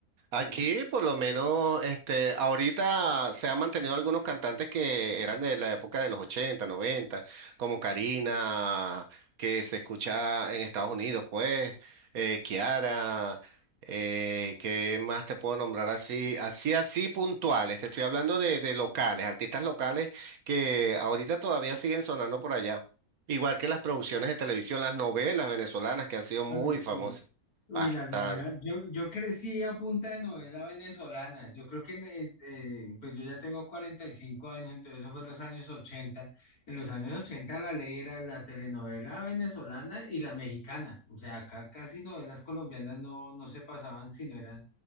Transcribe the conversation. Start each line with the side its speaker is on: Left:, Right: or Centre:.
Right: Aquí,
Left: que-
Right: por lo menos, este, ahorita se han mantenido algunos cantantes que eran de la época de los 80, 90, como Karina, que se escucha en Estados Unidos, pues, eh, Kiara, eh, ¿qué más te puedo nombrar así? Así, así puntuales. Te estoy hablando de, de locales, artistas locales que ahorita todavía siguen sonando por allá. Igual que las producciones de televisión, las novelas venezolanas que han sido muy
Left: Uy, sí.
Right: famosas.
Left: Uy,
Right: Bastante.
Left: las novelas. Yo, yo crecí a punta de novela venezolana. Yo creo que, en el- eh, pues yo ya tengo 45 años, entonces eso fue en los años 80. En los años 80 la ley era la telenovela venezolana y la mexicana. O sea, acá casi novelas colombianas no, no se pasaban, sino eran